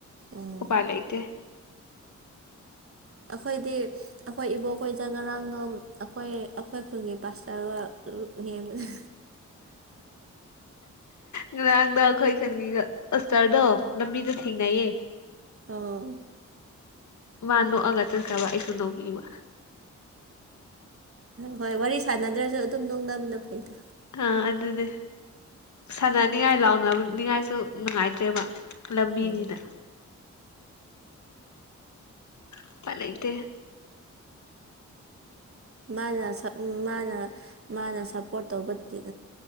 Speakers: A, on the right; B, on the left.
A: ꯎꯝ
B: ꯎꯄꯥꯏ ꯂꯩꯇꯦ
A: ꯑꯩꯈꯣꯏꯗꯤ ꯑꯩꯈꯣꯏ ꯏꯕꯣꯛꯈꯣꯏꯗ ꯉꯔꯥꯡꯗꯣ ꯑꯩꯈꯣꯏ ꯑꯩꯈꯣꯏ ꯈꯨꯟꯒꯤ ꯄꯥꯁꯇꯔꯒ ꯌꯦꯡꯕꯅꯦ
B: ꯉꯔꯥꯡꯗꯣ ꯑꯩꯈꯣꯏ ꯈꯨꯟꯒꯤ ꯄꯥꯁꯇꯔꯗꯣ ꯂꯝꯕꯤꯗ ꯊꯦꯡꯅꯩꯌꯦ
A: ꯑꯣ
B: ꯃꯥ ꯅꯣꯛꯑꯒ ꯆꯠꯈ꯭ꯔꯕ ꯑꯩꯁꯨ ꯅꯣꯛꯄꯤꯕ
A: ꯍꯣꯏ ꯋꯥꯔꯤ ꯁꯥꯟꯅꯗ꯭ꯔꯁꯨ ꯑꯗꯨꯝ ꯅꯣꯡꯅꯕꯅ ꯐꯩꯗ
B: ꯑꯥ ꯑꯗꯨꯅꯦ ꯁꯥꯟꯅꯅꯤꯡꯉꯥꯏ ꯂꯥꯎꯅꯅꯤꯉꯥꯏꯁꯨ ꯅꯨꯡꯉꯥꯏꯇ꯭ꯔꯦꯕ ꯂꯝꯕꯤꯅꯤꯅ
A: ꯑꯣ
B: ꯎꯄꯥꯢ ꯂꯩꯇ꯭ꯔꯦ
A: ꯃꯥꯅ ꯁꯞ ꯃꯥꯅ ꯃꯥꯅ ꯁꯞꯄꯣꯔꯠ ꯇꯧꯕ ꯇꯤꯝ